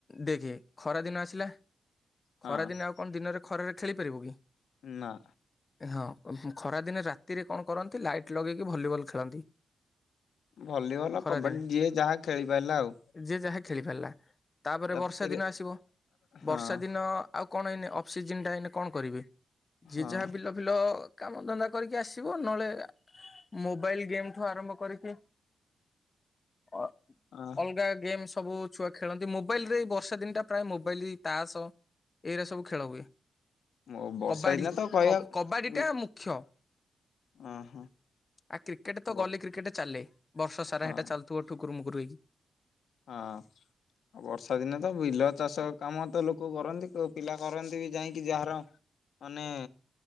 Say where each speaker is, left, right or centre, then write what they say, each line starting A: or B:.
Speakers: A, on the left; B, on the left.
A: ଦେଖେ ଖରା ଦିନ ଆସିଲା
B: ହଁ
A: ଖରାଦିନେ ଆଉ କଣ ଦିନରେ ଖରାରେ ଖେଳିପାରିବୁ କି?
B: ନାଁ।
A: ଏ ହଁ ହୁଁ ଖରାଦିନେ ରାତିରେ କଣ କରନ୍ତି ଲାଇଟ୍ ଲଗେଇକି ଭଲିବଲ୍ ଖେଳନ୍ତି।
B: ଭଲିବଲ
A: ଖରାଦିନେ
B: କବାଡ଼ି ଯିଏ ଯାହା ଖେଳି ପାରିଲା ଆଉ।
A: ଯିଏ ଯାହା ଖେଳି ପାରିଲା ତାପରେ
B: ରାତିରେ
A: ବର୍ଷା ଦିନ ଆସିବ
B: ହଁ
A: ବର୍ଷା ଦିନ ଆଉ କଣ ଏଇନେ ଅଫ୍ସିଜିନ୍ଟା ଏଇନେ କଣ କରିବେ ଯିଏ
B: ହଁ
A: ଯାହା ବିଲ ବିଲ କାମ ଧନ୍ଦା କରିକି ଆସିବ ନହଳେ ଆ ମୋବାଇଲ୍ ଗେମ୍ ଠୁ ଆରମ୍ଭ କରିକି ଅ
B: ହଁ
A: ଅଲଗା ଗେମ୍ ସବୁ ଛୁଆ ଖେଳନ୍ତି ମୋବାଇଲ୍ ରେ ଏଇ ବର୍ଷା ଦିନଟା ପ୍ରାୟ ମୋବାଇଲି ତାସ ଏଇଗୁରା ସବୁ ଖେଳ ହୁଏ
B: ହଁ ବର୍ଷା
A: କବାଡ଼ି
B: ଦିନେ ତ କହିବାକୁ
A: କପ୍ କବାଡ଼ିଟା ମୁଖ୍ୟ।
B: ହଁ ହଁ
A: ଆ କ୍ରିକେଟ ତ
B: ବର୍ଷା
A: ଗଲି କ୍ରିକେଟ ଚାଲେ ବର୍ଷ ସାରା
B: ହଁ
A: ହେଟା ଛଲ୍ ତ ଠୁ କୁରୁମୁୁ କୁରୁ ହେଇଜି।
B: ହଁ। ବର୍ଷା ଦିନେ ତ ବିଲ ଚାଷ କାମ ତ ଲୋକ କରନ୍ତି କୋଉ ପିଲା କରନ୍ତି ବି ଯାଇଁକି ଯାହାର। ଅନେ